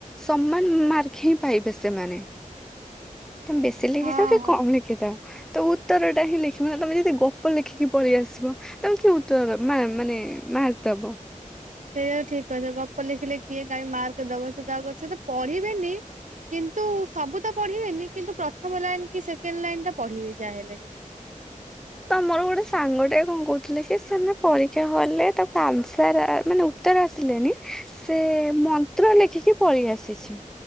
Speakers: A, in the centre; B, on the right.
A: ସମାନ ମାର୍କ ହିଁ ପାଇବେ ସେମାନେ। ତମେ ବେଶୀ ଲେଖିଥା
B: ହଁ
A: କି
B: ହଁ।
A: କମ୍ ଲେଖିଥା ତ ଉତ୍ତର ଟା ହିଁ ଲେଖିବ ନା ତମେ ଯଦି ଗପ ଲେଖିକି ପଳେଇ ଆସିବ ତମେ କାହିଁ ଉତ୍ତର ମା - ମାନେ ମାର୍କ ଦବ।
B: ସେଇାୟା ଠିକ୍ କହିଛ ଗପ ଲେଖିଲେ କିଏ କାହିଁ ମାର୍କ ଦବ ସେ ତ ଆଉ ଅଛ ତ ପଢିବେନି <unintelligible> କିନ୍ତୁ ସବୁ ତ ପଢିବେନି କିନ୍ତୁ ପ୍ରଥମ ଲାଇନ୍ କି ସେକେଣ୍ଡ ଲାଇନ୍ ଟା ପଢିବେ ଯାହାହଲେବି।
A: ତମର ଗୋଟେ ସାଙ୍ଗଟେ କଣ କହୁଥିଲେ ସେ ସେମାନେ ପରୀକ୍ଷା ହଲରେ ତାକୁ ଆନ୍ସର ମାନେ ଉ ଉତର ଆସିଲାନି ସେ ମନ୍ତ୍ର ଲେଖିକି ପଳେଇ ଆସିଛି।